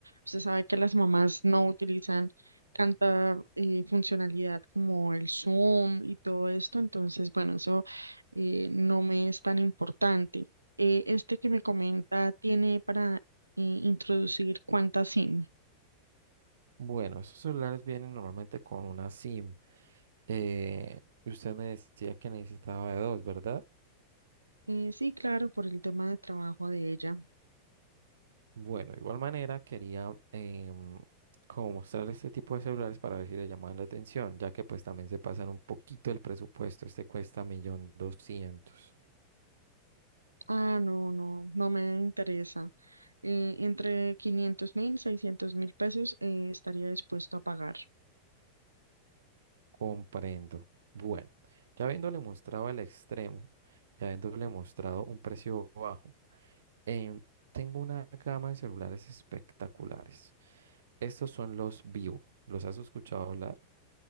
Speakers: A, on the right (about 80°); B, on the right (about 60°).
A: Usted sabe que las mamás no utilizan tanta eh, funcionalidad como el Zoom y todo esto, entonces bueno, eso eh, no me es tan importante. Eh, este que me comenta tiene para eh, introducir cuántas SIM.
B: Bueno, esos celulares vienen normalmente con una SIM Eh, usted me decía que necesitaba de dos, ¿verdad?
A: Eh, sí, claro, por el tema de trabajo de ella.
B: Bueno, de igual manera quería em, como mostrarle este tipo de celulares para ver si le llaman la atención, ya que pues también se pasan un poquito el presupuesto. Este cuesta millón doscientos.
A: Ah, no, no, no me interesa. Eh, entre quinientos mil, seiscientos mil pesos eh, estaría dispuesto a pagar.
B: Comprendo. Bueno, ya habiéndole mostrado el extremo y habiéndole mostrado un precio bajo, em, tengo una gama de celulares espectaculares. Estos son los Vivo. ¿Los has escuchado hablar?